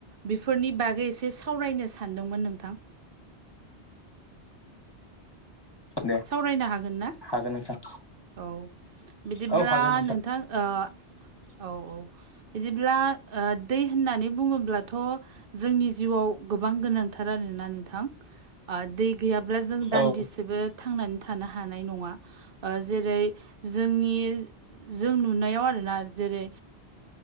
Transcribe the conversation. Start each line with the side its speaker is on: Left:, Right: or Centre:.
Right: बेफोरनि बागै एसे सावरायनो सानदोंमोन नोंथां।
Left: दे
Right: सावरायनो हागोन ना?
Left: हागोन नोंथां।
Right: औ बिदिब्ला
Left: औ हागोन
Right: नोंथां ओ औ औ। बिदिब्ला ओ दै होननानै बुङोब्लाथ' जोंनि जिउआव गोबां गोनांथार आरोना नोंथां ओ दै गैयाब्ला जों दान्दिसेबो
Left: औ
Right: थांनानै थानो हानाय नङा। जेरै जोंनि जों नुनायाव आरोना जेरै